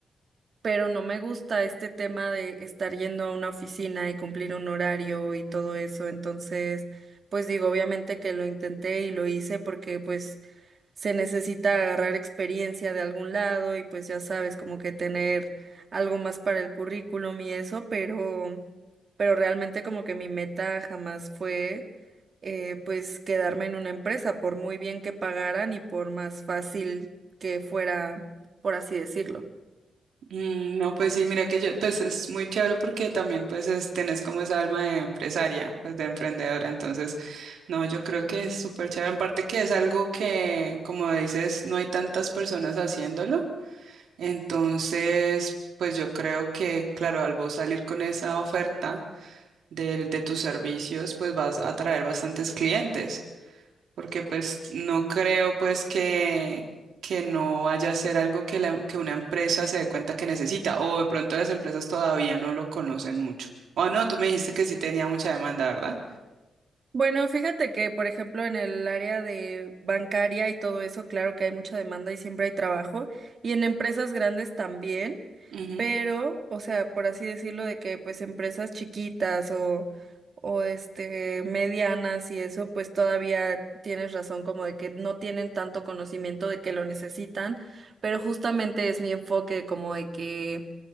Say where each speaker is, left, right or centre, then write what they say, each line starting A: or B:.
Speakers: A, on the right; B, on the right.
A: pero no me gusta este tema de estar yendo a una oficina y cumplir un horario y todo eso. Entonces, pues digo, obviamente que lo intenté y lo hice porque pues se necesita agarrar experiencia de algún lado y pues ya sabes, como que tener algo más para el currículum y eso, pero, pero realmente como que mi meta jamás fue eh, pues quedarme en una empresa, por muy bien que pagaran y por más fácil que fuera, por así decirlo.
B: Mm, no, pues sí, mira que yo, pues es muy chévere porque también pues es, tenés como esa alma de empresaria, pues de emprendedora. Entonces, No, yo creo que es súper chévere. En parte que es algo que, como dices, no hay tantas personas haciéndolo. Entonces, pues yo creo que, claro, al vos salir con esa oferta del, de tus servicios, pues vas a atraer bastantes clientes. Porque pues no creo pues que, que no vaya a ser algo que, la, que una empresa se dé cuenta que necesita. O de pronto las empresas todavía no lo conocen mucho. O no, tú me dijiste que sí tenía mucha demanda, ¿verdad?
A: Bueno, fíjate que, por ejemplo, en el área de bancaria y todo eso, claro que hay mucha demanda y siempre hay trabajo, y en empresas grandes también,
B: Ujú,
A: pero, o sea, por así decirlo, de que pues empresas chiquitas o, o este, medianas y eso, pues todavía tienes razón como de que no tienen tanto conocimiento de que lo necesitan, pero justamente es mi enfoque como de que